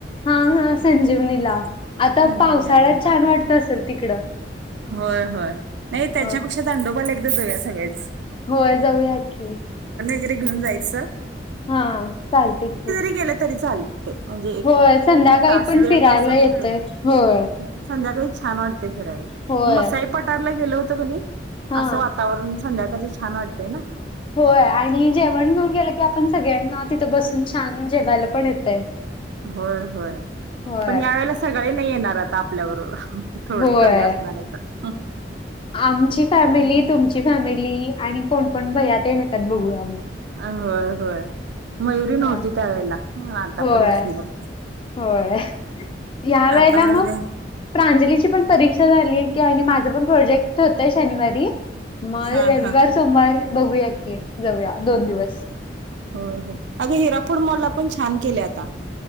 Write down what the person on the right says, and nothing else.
संजीवनी
अॅग्रो
पार्क
होय, होय, नाही त्याच्यापेक्षा
दांडोबाल एकदा जाऊया सगळेच.
टीफिन वगैरे, घेनऊन जायचं.
<unintelligible> गेलं तरी चालते म्हणजे, एक
एक तास
दीड
तासात
येते
संध्याकाळी छान वाटते य, फिरायला
मसासाई पटारला गेल होते की नाई,
असं वातावरण, संध्याकाळचं छान वाटतय ना.
होय, होय
पण या वेेळेला सगळे नाही येणार आता, आपल्या बरोबर. थोडे
कमी, असणार आता.
कारण
हा, होय, होय, मयुरी
नव्हती त्या वेळेला, आता
पण नसणार.
आता मग,
हा
हा
होय, होय अगं, हिरापूड मॉलला पण छान केले, आता.